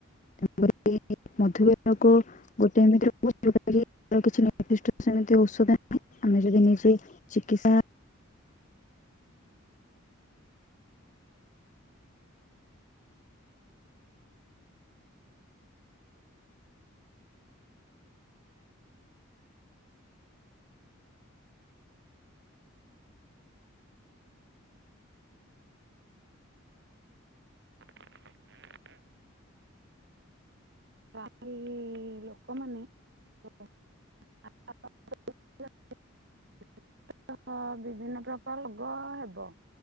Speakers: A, on the left; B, on the right.
A: ତେଣୁକରି ଏଇ ମଧୁମେହ କୁ ଗୋଟେ ରୋଗ ଯୋଉଟାକି ଏହାର କିଛି ନିର୍ଦ୍ଧିଷ୍ଟ ସେମିତି ଔଷଧ ନାହିଁ, ଆମେ ଯଦି ନିଜେ ଚିକିତ୍ସା
B: <inaudible> <unintelligible> ଲୋକମାନେ <unintelligible> <unintelligible> ବିଭିନ୍ନ ପ୍ରକାର ରୋଗ ହେବ।